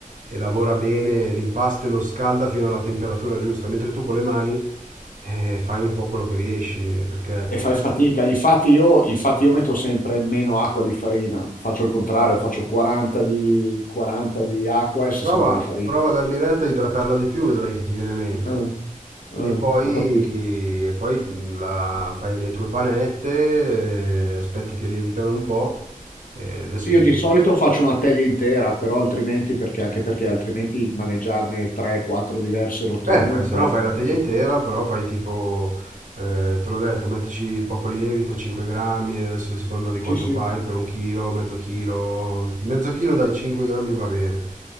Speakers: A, on the right (about 65°); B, on the left (about 75°).
A: e lavora bene l'impasto e lo scalda fino alla temperatura giusta, mentre tu con le mani eh, fai un po' quello che riesci, eh, perché
B: E
A: eh,
B: fai fatica. Infatti io, infatti io metto sempre meno acqua di farina. Faccio il contrario, faccio 40 di, 40 di acqua e 60
A: prova,
B: di farina.
A: prova a darmi retta a idratarla di più, vedrai che ti viene meglio.
B: Eh, eh,
A: E poi,
B: ho capito.
A: e poi la- fai le tue panette, eh, aspetti che lievitano un po', e adesso
B: Sì, io
A: dipende.
B: di solito faccio una teglia intera, però altrimenti, perché anche perché altrimenti maneggiarne 3-4 diverse rotonde
A: Eh, fai,
B: è un
A: se
B: po'
A: no fai la teglia
B: così.
A: intera, però fai tipo, eh, te l'ho detto, mettici poco lievito, 5 grammi, adesso secondo di quanto
B: Sì, sì,
A: fai, per un chilo, mezzo chilo, mezzo chilo dai 5 grammi va bene.